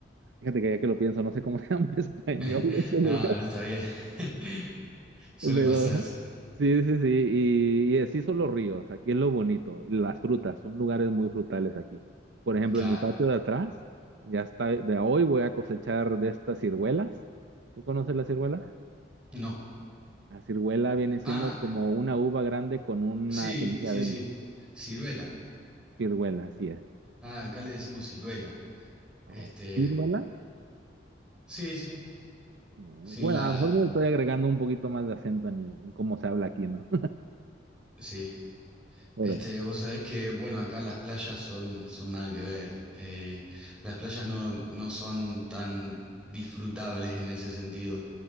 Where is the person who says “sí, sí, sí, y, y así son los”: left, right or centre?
Right